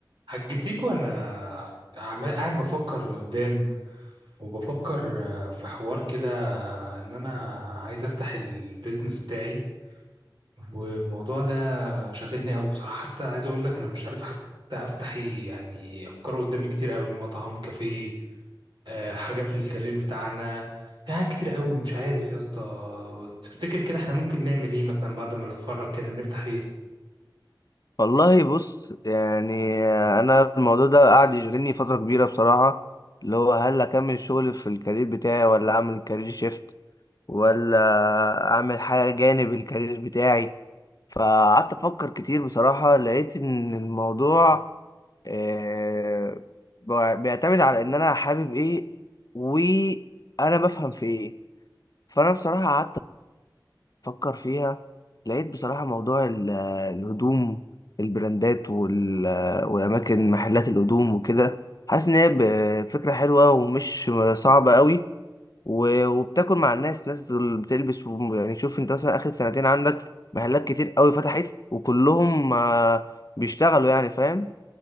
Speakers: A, on the right (about 70°); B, on the left (about 50°).
A: هتجسيكو انا عمال قاعد بفكر لقدام وبفكر آه، في حوار كده ان انا عايز افتح البيزنس بتاعي والموضوع ده شاغلني قوي بصراحة حتى عايز اقول لك انا مش عارف حتى افتح إيه، يعني افكار قدامي كتير قوي مطعم كافيه آه، حاجة في الكارير بتاعنا في حاجات كتير قوي مش عارف يا اسطى تفتكر كده احنا ممكن نعمل ايه مثلا بعد ما نتخرج كده نفتح ايه
B: والله بص يعني انا الموضوع ده قاعد يشغلني فتره كبيره بصراحه اللي هو هل اكمل شغل في الكارير بتاعي ولا اعمل كارير شيفت ولا اعمل حاجه جانب الكارير بتاعي فقعدت افكر كتير بصراحه لقيت ان الموضوع آه، بيعتمد على ان انا حابب ايه وانا بفهم في ايه فانا بصراحه قعدت فكر فيها لقيت بصراحة موضوع ال- آه، الهدوم البراندات وال- آه، والأماكن محلات الهدوم وكده حاسس إن هي ب- فكرة حلوة ومش صعبة قوي و- وبتاكل مع الناس ناس دول بتلبس وم- يعني شوف أنت مثلا آخر سنتين عندك محلات كتير قوي فتحت وكلهم آه، بيشتغلوا يعني فاهم